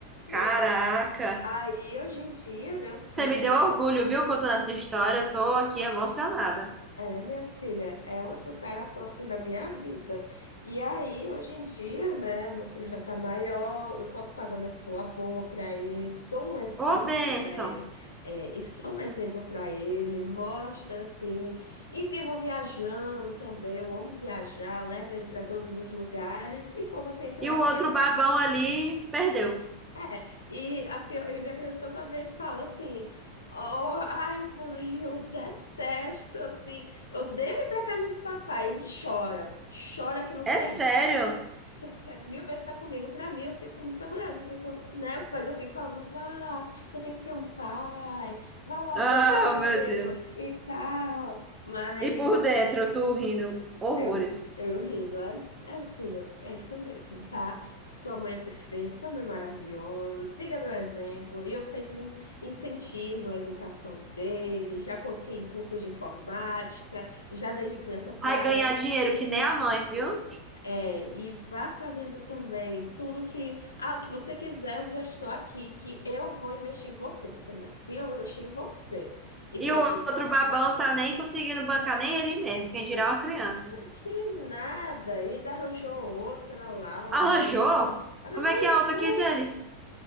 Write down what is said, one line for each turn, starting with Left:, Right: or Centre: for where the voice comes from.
Left: Mas
Right: Caraca.
Left: é. Aí hoje em dia, né, eu sigo.
Right: Você me deu orgulho, viu, contando essa história. Eu tô aqui emocionada.
Left: É, minha filha, é uma superação assim da minha vida. E aí, hoje em dia, né, meu filho já tá maior, eu posso pagar uma escola boa para ele, sou um exemplo
Right: Ô, bênção.
Left: para ele, é, e sou um exemplo para ele, mostra assim, e vivo viajando também, eu amo viajar, levo ele para todos os lugares, e quando eu tenho que
Right: E
Left: levar
Right: o outro
Left: na
Right: babão ali perdeu.
Left: é, e, a pior, e minha criança toda vez fala assim: oh, ai, mãe, eu detesto, assim, eu devo ir pra casa do papai. E chora, chora que não
Right: É
Left: quer
Right: sério?
Left: ir. Prefere mil vezes estar comigo. Pra mim, eu fico muito orgulhosa, eu fico, né? Mas eu fico falando: vá, você tem que ter um pai, vá lá
Right: Ah,
Left: vê-lo
Right: meu Deus.
Left: e tal. Mas
Right: E por dentro, eu tô rindo horrores.
Left: eu, eu rindo, né? É, meu filho, é isso mesmo, tá? Sua mãe é perfeita, sua mãe é maravilhosa, siga meu exemplo. E eu sempre in- incentivo a educação dele, já coloquei em cursos de informática, já desde criança pra,
Right: Vai ganhar
Left: né?
Right: dinheiro que nem a mãe, viu?
Left: É, e vá fazendo também tudo que, ah, o que você quiser, eu já estou aqui, que eu vou investir em você. Você é meu filho, eu vou investir em você. E pronto,
Right: E o
Left: ele,
Right: outro babão tá nem conseguindo bancar nem ele mesmo, quem dirá uma criança.
Left: que nada, e ainda arranjou outra lá, uma
Right: Arranjou?
Left: mulher. Arranjou.
Right: Como é que a outra quis ele?